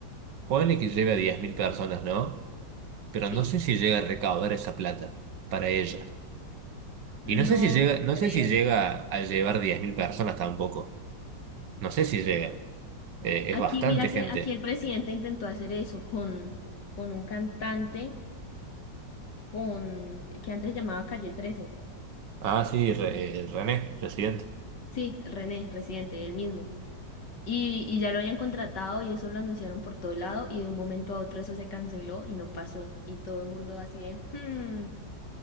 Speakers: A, on the right; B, on the left.
A: ponele que lleve a 10.000 personas, ¿no? Pero
B: Sí,
A: no sé si llega a recaudar esa plata para ella.
B: no,
A: Y no sé si llega,
B: no
A: no
B: creo.
A: sé si llega a llevar 10.000 personas tampoco. No sé si llega. Eh,
B: Aquí,
A: es bastante
B: mira que
A: gente.
B: aquí el presidente intentó hacer eso con, con un cantante con, que antes llamaba Calle trece
A: Ah, sí, Re- eh, René, residente.
B: Sí, René, residente, el mismo. Y, y ya lo habían contratado y eso lo anunciaron por todo lado y de un momento a otro eso se canceló y no pasó. Y todo el mundo así de, hmm,